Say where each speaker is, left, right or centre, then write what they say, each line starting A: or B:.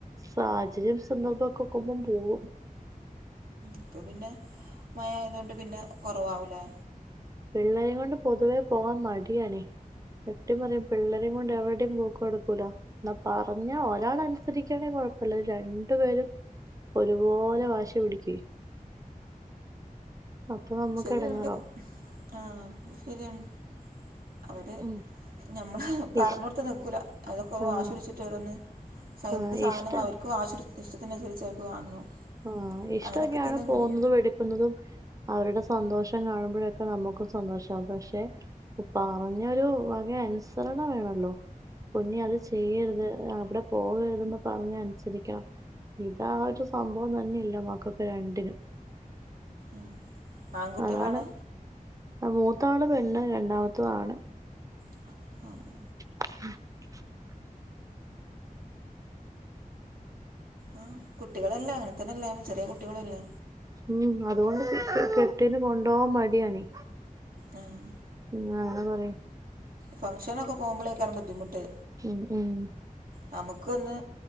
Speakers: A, on the right; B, on the right.
A: സാഹചര്യം സന്ദർഭൊക്കെ ഒക്കുമ്പം പോകും
B: ഇപ്പപിന്നെ മഴ ആയതോണ്ട് പിന്നെ കൊറവാവുലേ?
A: പിള്ളേരേം കൊണ്ട് പൊതുവേ പോവാം മടിയാണേ സത്യം പറയാ പിള്ളേരേം കൊണ്ട് എവിടേം പോക്ക് നടക്കു ല ന്നാ പറഞ്ഞ ഒരാളനുസരിക്കാണേ കൊഴപ്പല്ല രണ്ടു പേരും ഒരുപോലെ വാശി പിടുക്കേ അപ്പൊ നമ്മുക്ക്
B: ശരിയാണ്
A: എടങ്ങേറാവും
B: പിന്നെ ആഹാ അഹ്ശെരിയാണ് അവര്
A: ഉം
B: ഞമ്മള് പറഞ്ഞോട്ത്ത്
A: ഇഷ്
B: ന്ന്ക്കൂല അതൊക്കെ ഓൻ
A: ആഹ്
B: വാശിടിച്ചിട്ടോരോന്ന് സ എന്ത്
A: ആഹ്
B: സാധനങ്ങളും
A: ഇഷ്ട
B: അവര്ക്ക് വാശിടിച്ച് ഇഷ്ടത്തിനന്സരിച്ച് അവര്ക്ക് വാങ്ങണം
A: ആഹാ ഇഷ്ടൊക്കെയാണ്
B: അങ്ങനെയൊക്കെ തന്നെയാണ്
A: പോകുന്നതും
B: ഇവിടേം
A: എടുക്കുന്നതും അവരുടെ സന്തോഷം കാണുമ്പോഴൊക്കെ നമ്മക്കും സന്തോഷാവും പക്ഷെ പറഞ്ഞൊരുവകയനുസരണ വേണല്ലോ പൊന്നെ അത് ചെയ്യര്ത് അവ്ടെ പോവരുതെന്ന് പറഞ്ഞ അനുസരിക്കണം ഇത് ആഒരു സംഭവം തന്നെയില്ല മക്കക്ക് രണ്ടിനും
B: ഉം ആൺകുട്ടികളാണ്
A: അതാണ് ആ മൂത്താള് പെണ്ണ് രണ്ടാമത്തത് ആണ്
B: ആഹാ
A: <inaudible>
B: ആ കുട്ടികളെല്ലേ അങ്ങനതന്നെല്ലേ ചെറിയ കുട്ടികളു അല്ലേ
A: ഉം അതോണ്ട് കെട്ടിയോന് കൊണ്ടോവാം മടിയാണേ
B: ആഹ്
A: ഇന്നങ്ങന പറി
B: ഫംങ്ഷനൊക്കെ പോകുമ്പളേയ്ക്കാരം ബുദ്ധിമുട്ട്
A: ഉം ഉം
B: നമുക്കൊന്ന്